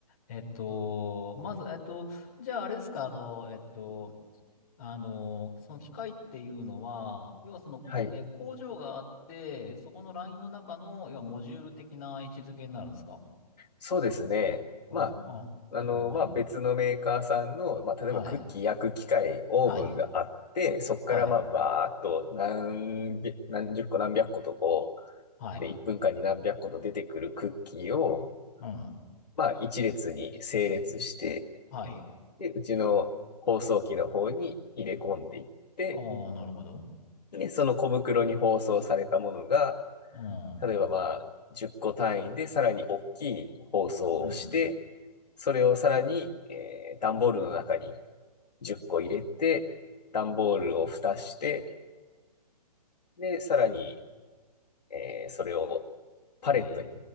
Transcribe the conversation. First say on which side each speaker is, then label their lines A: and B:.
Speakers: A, on the left; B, on the left.
A: えっと、まず、えっと、じゃああれですか、あの、えっと、あの、その機械っていうのは、要はその、
B: はい。
A: えー工場があって、そこのラインの中の、要はモジュール的な位置づけになるんですか
B: そうですね。
A: うん、
B: ま
A: あ、
B: あ、あの、
A: なるほど、なるほど。
B: まあ別のメーカーさんの、まあ例えばクッキー焼く機械、
A: はい。
B: オーブンがあって、
A: はい。
B: そこからまあバーっと何百、
A: はい。
B: 何十個何百個とこう、
A: はい。
B: で、1分間に何百個と出てくるクッキーを、
A: うん。
B: まあ一列に整列して、
A: はい。
B: で、うちの包装機の方に入れ込んでいって、
A: ああ、なるほど。
B: で、その小袋に包装されたものが、
A: うん。
B: 例えばまあ、10個単位でさらに大きい包装をして、
A: うん。
B: それをさらに、えー段ボールの中に10個入れて、段ボールを蓋して、で、さらに、えーそれをパレットに
A: ええ。